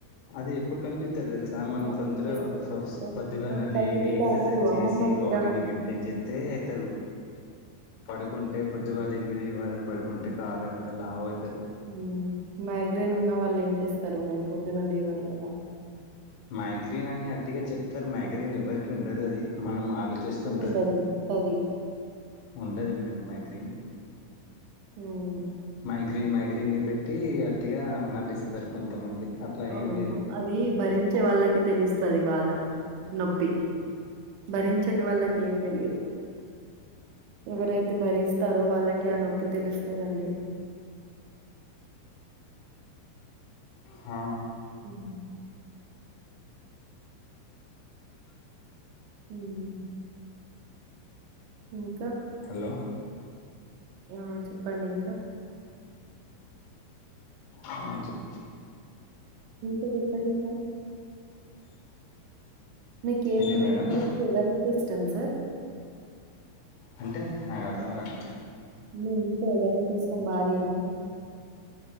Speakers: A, on the left; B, on the right.
A: అది ఎప్పుడు కనిపిత్తరు తెలుసా మనం
B: మ్యారేజ్
A: తొందరగా
B: చేసుకుంటే
A: ఫస్ పొద్దుగా
B: "ఆ,
A: లేవి
B: తల్లి బిడ్డ
A: ఎక్సర్సైజ్
B: అనరు. అమ్మమ్మ
A: చేసి
B: బిడ్డ
A: బాడీని
B: అంటారు.
A: మెయింటైన్ చేస్తే అవుతారు పడుకుంట అంటే పొద్దుగాళ్ళ ఎనిమిదిల పడుకుంటే కార్ అట్లా లావు అయితారు
B: హ్మ్ మైగ్రేన్ ఉన్న వాళ్ళు ఏం చేస్తారు మరి పొద్దున లేవరు కదా
A: మైగ్రీన్ అని అట్టి గాచెప్తారు మైగ్రీన్ ఎవరికి ఉండదు అది మనం మ అట్ల చేస్తూ
B: నొప్పుండదు
A: ఉంటది
B: నొస్తది.
A: ఉండది మేడం మైగ్రీన్
B: హ్మ్
A: మైగ్రీన్ మైగ్రీన్ ని పెట్టి అట్టిగా నటిస్తరు కొంతమంది అట్లా
B: అవును
A: ఏం లేదు
B: అది భరించే వాళ్ళకి తెలుస్ సరి బాద నొప్పి భరించని వాళ్ల కి ఏం తెలీదు ఎవరైతే భరిస్తారో వాళ్ళకి ఆ నొప్పి తెలుస్తదండి
A: హా
B: హ్మ్. హ్మ్ ఇంకా
A: హలో
B: ఆ చెప్పండి ఇంకా
A: ఆ చెప్ప
B: ఇక చెప్పండి సార్ మీకు ఏమి
A: ఏంటి
B: ఏమి
A: మేడం
B: మీకు ఎవరంటే ఇష్ సిస్టమ్ సర్
A: అంటే నాకు అర్దం కాలే
B: మీ ఇంట్లో ఎవరంటే ఇష్టం భార్య అనా